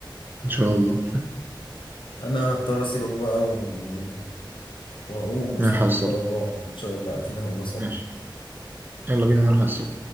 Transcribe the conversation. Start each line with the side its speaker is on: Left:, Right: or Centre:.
Right: ان شاء الله
Left: انا هضطر اسيبك بقى و... واقوم اصلي
Right: نلحق
Left: ان
Right: الصلاة
Left: شاء الله ان شاء الله اكيد هقوم اصلي
Right: ماشي يلا بينا نلحق الصلاة